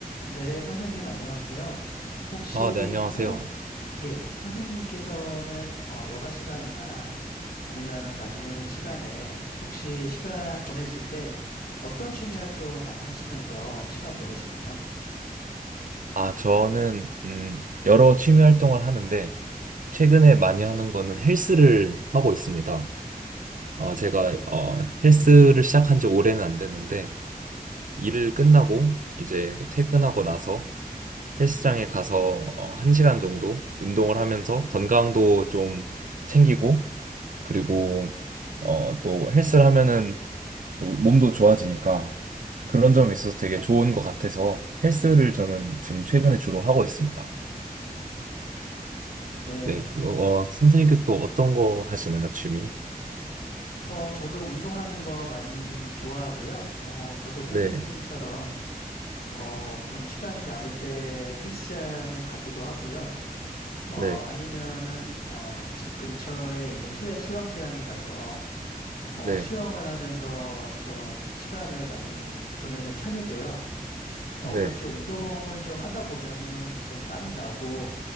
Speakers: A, on the left; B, on the right.
A: 네, 선생님 안녕하세요. 혹시
B: 아, 네, 안녕하세요.
A: 선생, 예, 선생님께서는 어, 여가 시간이나 아니면은 남는 시간에 혹시 시간 보내실 때 어떤 취미 활동 많이 하시면서 시간 보내시나요?
B: 아, 저는, 음, 여러 취미 활동을 하는데, 최근에 많이 하는 거는 헬스를 하고 있습니다. 어, 제가, 어, 헬스를 시작한 지 오래는 안 됐는데, 일을 끝나고, 이제 퇴근하고 나서 헬스장에 가서, 어, 한 시간 정도 운동을 하면서 건강도 좀 챙기고, 그리고, 어, 또 헬스를 하면은 또 몸도 좋아지니까, 그런 점이 있어서 되게 좋은 것 같아서 헬스를 저는 지금 최근에 주로 하고 있습니다.
A: 네.
B: 네, 그거, 어, 선생님께 또 어떤 거 하시나요, 취미?
A: 어, 저도 운동하는 거 많이 좋아하고요. 어, 저도 선생님처럼
B: 네,
A: 어, 좀 시간이 남을 때 헬스장에 가기도 하고요. 어,
B: 네,
A: 아니면은 어, 집 근처에 있는 실내 수영장에 가서 어,
B: 네,
A: 수영을 하면서 좀 시간을 많이 보내는 편이고요. 어,
B: 네,
A: 그렇게 운동을 좀 하다 보면은 좀 땀이 나고,